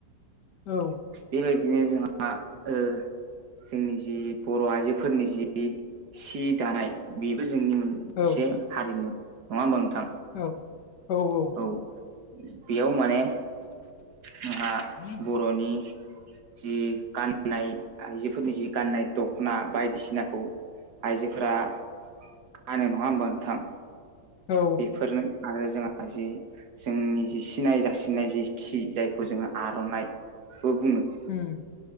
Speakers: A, on the left; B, on the right.
A: औ।
B: बेबायदिनो जोंहा ओ जोंनि जि बर' आइजोफोरनि जि सि दानाय बेबो जोंनि मोन मोनसे
A: औ
B: हारिमु नङा होमबा नोंथां?
A: औ-औ-औ।
B: औ बेयाव माने जोंहा
A: उम
B: बर'नि जि गाननाय आइजोफोरनि जि गाननाय दख'ना बायदिसिनाखौ। आइजोफोरा फानो नङा होमबा नोंथां?
A: औ
B: बेफोरनो आरो जोंहा ना जि जोंनि जि सिनाय जासिनाय जि सि जायखौ जोङो आर'नाइ। बो बुङो।
A: उम।